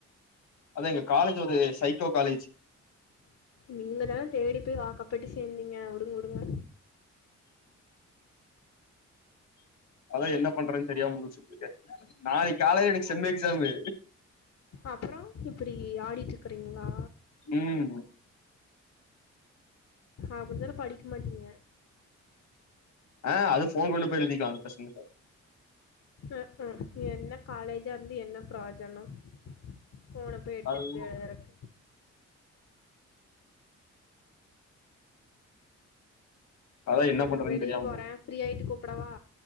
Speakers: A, on the left; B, on the left.
A: அது எங்க காலேஜ் ஒரு சைக்கோ காலேஜ்
B: நீங்க தான தேடி பொய் வாக்கப்பட்டு சேந்தீங்க உடுங்க உடுங்க
A: அதா என்ன பண்றன் தெரியாம முழிச்சுட்ருக்கே நாளைக் காலைய எனக் செம் எக்ஸாமு
B: அப்பறோ இப்புடி ஆடிட்ருக்குறீங்ளா
A: ம்
B: அப்புடிதாலு படிக் மாட்டீங்க
A: அ அது ஃபோன் கொண்டு போய் எழுதிக்ல அது ப்ரஸ்ன் இல்ல
B: அ அ என்ன காலேஜாருந்து என்ன ப்ரோஜனோ ஃபோன பே எடுத்துட்
A: அது
B: பெய் எழுத்றக்கு
A: அதா
B: சேர்
A: என்ன பண்றதுன்னு
B: நா வெளிய
A: தெரியாம
B: போற ப்ரீ ஆயிட்டு கூப்புடவா